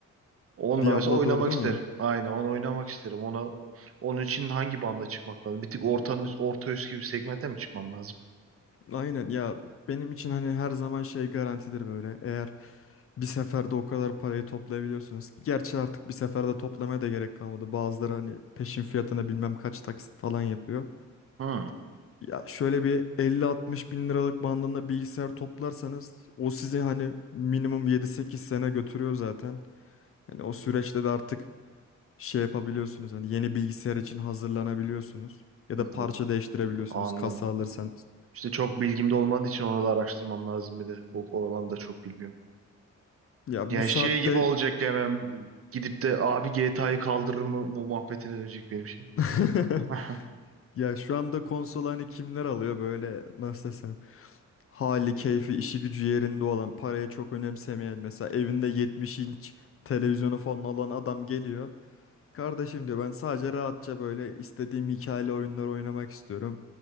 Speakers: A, on the right; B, on the left.
A: Onunla
B: Diablo
A: mesela oynamak
B: 4'ü mü?
A: isterim. Aynen onu oynamak isterim. Ona onun için hangi banda çıkmak lazım? Bir tık ortanın üst- orta üst gibi segmente mi çıkmam lazım?
B: Aynen ya benim için hani her zaman şey garantidir böyle. Eğer Bir seferde o kadar parayı toplayabiliyorsunuz. ki. Gerçi artık bir seferde toplamaya da gerek kalmadı. Bazıları hani peşin fiyatına bilmem kaç taksit falan yapıyor.
A: Hmm.
B: Ya şöyle bir 50-60 bin liralık bandında bilgisayar toplarsanız o sizi hani minimum yedi sekiz sene götürüyor zaten. Hani o süreçte de artık şey yapabiliyorsunuz. Hani yeni bilgisayar için hazırlanabiliyorsunuz. Ya
A: Hmm,
B: da parça
A: Yok.
B: değiştirebiliyorsunuz
A: Anladım.
B: kasa alırsanız.
A: İşte çok bilgim de olmadığı için onu da araştırmam lazım bir de. O, o alanı da çok bilmiyorum.
B: Ya
A: Yani
B: bu saatte
A: şey gibi olacak ya ben gidip de abi GTA'yı kaldırır mı mu- muhabbetine dönecek benim şey.
B: <laughs>
A: <laughs> Aha.
B: Ya şu anda konsol hani kimler alıyor böyle nasıl desem hali keyfi işi gücü yerinde olan parayı çok önemsemeyen mesela evinde 70 inç televizyonu falan olan adam geliyor. Kardeşim diyor ben sadece rahatça böyle istediğim hikayeli oyunlar oynamak istiyorum.